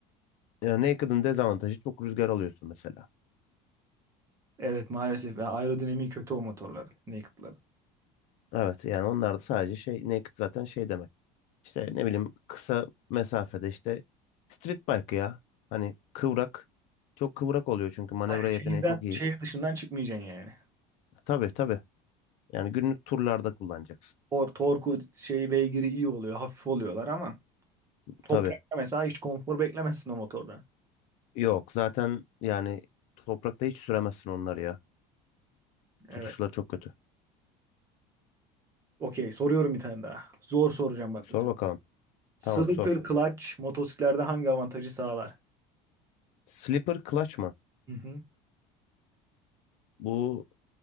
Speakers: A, on the left; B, on the right.
A: Yani naked'ın dezavantajı çok rüzgar alıyorsun mesela.
B: Evet maalesef ya aerodinamiği kötü o motorların, naked'ların.
A: Evet yani onlar da sadece şey naked zaten şey demek. İşte ne bileyim kısa mesafede işte street bike ya. Hani kıvrak. Çok kıvrak oluyor çünkü manevra
B: Aynen
A: yeteneği
B: şehirden,
A: çok iyi.
B: şehir dışından çıkmayacaksın yani.
A: Tabii tabii. Yani günlük turlarda kullanacaksın.
B: Tor, torku şey beygiri iyi oluyor, hafif oluyorlar ama toprakta
A: Tabii.
B: mesela hiç konfor beklemezsin o motorda.
A: Yok zaten yani toprakta hiç süremezsin onları ya.
B: Evet.
A: Tutuşları çok kötü.
B: Okey soruyorum bir tane daha. Zor soracağım bak
A: Sor
B: bu sefer.
A: bakalım.
B: Slipper
A: Tamam sor.
B: clutch motosiklerde hangi avantajı sağlar?
A: Slipper clutch mı?
B: Hı hı.
A: Bu